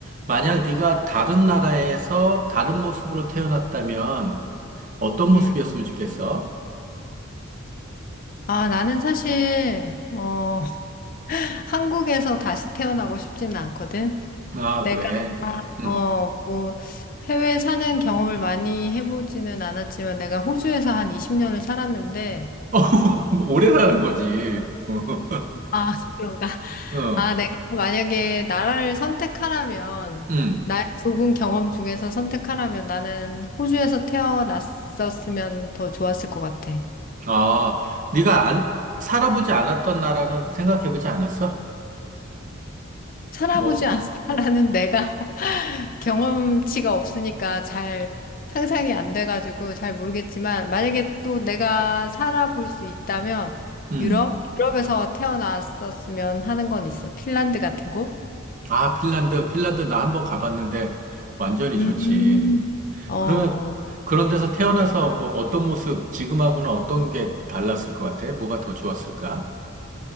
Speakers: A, on the right (about 35°); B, on the left (about 40°).
A: 만약 네가 다른 나라에서 다른 모습으로 태어났다면 어떤 모습이었으면
B: 음.
A: 좋겠어?
B: 아, 나는 사실, 어, <laughs> 한국에서 다시 태어나고 싶지는 않거든.
A: 아,
B: 내가,
A: 그래. 응.
B: 어, 뭐, 해외 사는 경험을 많이 해보지는 않았지만, 내가 호주에서 한 20년을 살았는데,
A: <laughs> 어, 오래 사는 거지. 어,
B: 아, <laughs> 그런가?
A: <laughs> 어,
B: 아, 내가 만약에 나라를 선택하라면,
A: 응.
B: 나의 좁은 경험 중에서 선택하라면 나는 호주에서 태어났었으면 더 좋았을 것 같아.
A: 아, 네가 안, 살아보지 않았던 나라는 생각해보지 않았어?
B: 살아보지
A: 뭐,
B: 않았다라는 내가. 경험치가 없으니까 잘 상상이 안 돼가지고 잘 모르겠지만 만약에 또 내가 살아볼 수 있다면
A: 음.
B: 유럽? 유럽에서 태어났었으면 하는 건 있어. 핀란드 같은 곳?
A: 아, 핀란드, 핀란드 나 한번 가봤는데 완전히
B: 음.
A: 좋지.
B: 어.
A: 그러면 그런 데서 태어나서 뭐 어떤 모습, 지금하고는 어떤 게 달랐을 것 같아? 뭐가 더 좋았을까?